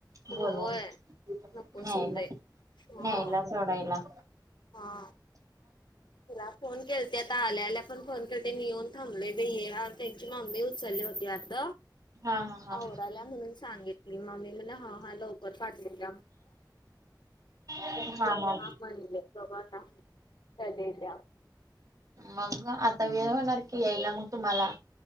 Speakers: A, on the right; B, on the left.
A: बोलून
B: होय
A: न्यायला
B: नकोच होतय
A: न्यायला
B: हा
A: सोडायला.
B: हा तुला फोन केलते आता आल्या आल्या पण फोन ते येऊन थांबले इथं ये त्यांची मम्मी उचलली होती वाढत.
A: हा हा
B: आवरा आल्या म्हणून सांगित. ममी मला हा हा लवकर फाटल का
A: हा हा
B: मलं मणले स् चलेल.
A: मग आता वेळ होणार की यायला मग तुम्हाला